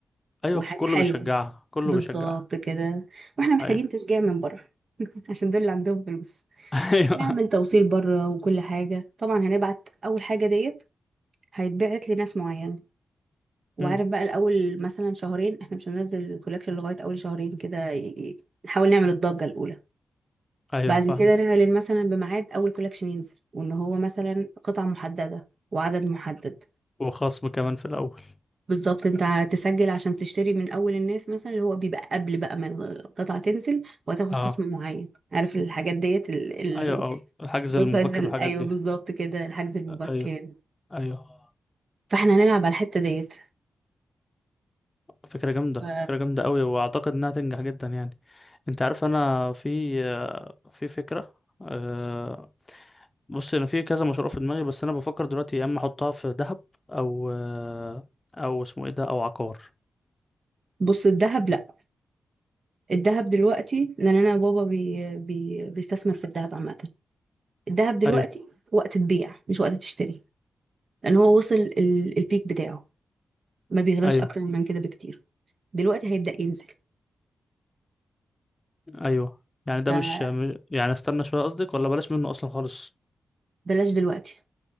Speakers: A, on the left; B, on the right.
A: أيوة
B: وحاجة
A: في كله
B: حلوة
A: بيشجعها كله
B: بالظبط
A: بيشجعها
B: كده واحنا محتاجين
A: أيوة
B: تشجيع من بره <laughs> عشان دول اللي عندهم فلوس
A: <laughs> أيوة
B: ونعمل توصيل بره وكل حاجة طبعا هنبعت أول حاجة ديت هيتبعت لناس معينة وعارف
A: أمم،
B: بقى الاول مثلا شهرين احنا مش هننزل الكولكشن لغايه اول شهرين كده ي- ي- نحاول نعمل الضجه الاولى
A: أيوة
B: بعد
A: فاهم
B: كده نعلن مثلا بميعاد اول كولكشن ينزل وان هو مثلا قطعه محدده وعدد محدد
A: وخصم كمان في الأول
B: بالظبط انت هتسجل عشان تشتري من اول الناس مثلا اللي هو بيبقى قبل بقى ما القطعه تنزل وهتاخد
A: أه
B: خصم معين عارف الحاجات ديت ال- ال-
A: أيوة أه الحجز
B: الويب
A: المبكر
B: سايتس ال-
A: والحاجات
B: ايوه
A: دي
B: بالظبط كده الحجز المبكر
A: أيوة أيوة
B: فاحنا هنلعب على الحته ديت
A: فكرة جامدة
B: ف-
A: فكرة جامدة قوي واعتقد انها تنجح جدا يعني انت عارف انا في في فكرة أه بص انا في كذا مشروع في دماغي بس انا بفكر دلوقتي يا اما احطها في ذهب او آه، او اسمه ايه ده او عقار
B: بص الذهب لا الذهب دلوقتي لان انا بابا بي بي بيستثمر في الذهب عامه الذهب دلوقتي
A: ايوه
B: وقت تبيع مش وقت تشتري لان هو وصل ال- البيك بتاعه ما بيغلاش
A: ايوه
B: اكتر من كده بكتير دلوقتي هيبدأ ينزل
A: ايوه يعني ده
B: فبلاش
A: مش م- يعني استنى شوية قصدك ولا بلاش منه اصلا خالص
B: دلوقتي